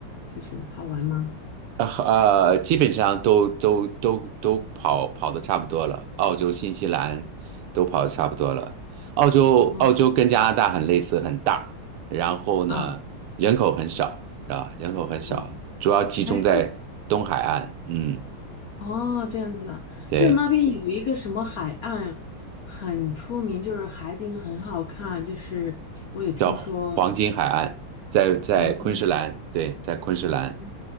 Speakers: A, on the left; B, on the right.
A: 就是好玩吗？
B: 呃，呃基本上都都都都跑跑的差不多了，澳洲、新西兰都跑的差不多了。澳洲澳洲跟加拿大很类似，
A: 哦，
B: 很大，然后呢，
A: 啊，
B: 人口很少啊，人口很少，
A: 哦，
B: 主要集中在东海岸，
A: 哎，
B: 嗯，
A: 哦，这样子啊，
B: 对，
A: 就是那边有一个什么海岸很出名，就是海景很好看，就是我有听说
B: 叫黄金海岸，在在昆士兰，
A: 黄金海
B: 对，在昆士兰，
A: 岸。